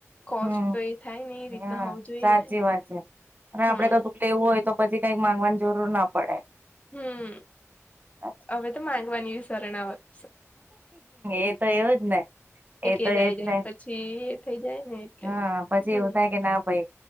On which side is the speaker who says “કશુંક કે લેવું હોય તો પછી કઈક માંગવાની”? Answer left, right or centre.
Right